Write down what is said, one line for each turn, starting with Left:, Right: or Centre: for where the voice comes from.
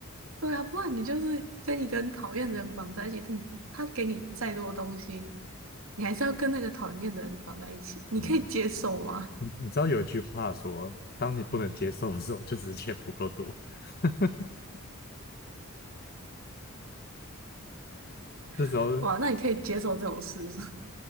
Right: 对啊，不然你就是跟一个很讨厌的人绑在一起，他你他给你再多东西，你还是要跟那个讨人厌的人绑在一起，你可以接受吗？
Left: 嗯，你你知道有一句话说，当你不能接受的时候，就只是钱不够多。<laughs> 这时候，
Right: <laughs> 哇，那你可以接受这种事是